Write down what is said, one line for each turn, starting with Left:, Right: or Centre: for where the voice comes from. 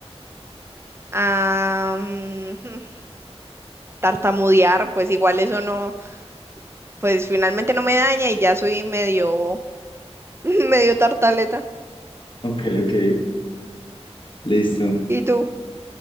Right: ah, mm, <laughs> tartamudear, pues igual eso no, pues finalmente no me daña y ya soy medio, <laughs> medio tartaleta.
Left: Ok, ok, listo.
Right: ¿Y tú?